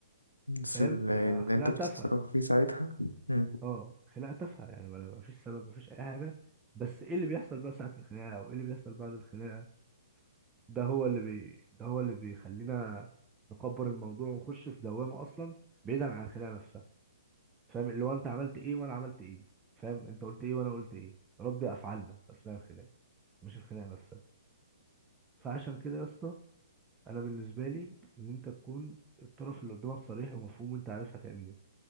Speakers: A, on the left (about 85°); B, on the right (about 15°).
A: بس
B: فاهم
A: ال- اللي
B: هي خناقه
A: انتوا بتتصرفوا
B: تافهه
A: فيه ساعتها مم.
B: اه خناقه تافهه يعني ما ما فيش سبب ما فيش اي حاجه بس ايه اللي بيحصل بقى ساعه الخناقه او ايه اللي بيحصل بعد الخناقه ده هو اللي بي... ده هو اللي بيخلينا نكبر الموضوع ونخش في دوامه اصلا بعيدا عن الخناقه نفسها فاهم اللي هو انت عملت ايه وانا عملت ايه فاهم انت قلت ايه وانا قلت ايه ربي افعالنا اثناء الخناقه مش الخناقه نفسها فعشان كده يا اسطى انا بالنسبه لي ان انت تكون الطرف اللي قدامك صريح ومفهوم وانت عارف هتعمل ايه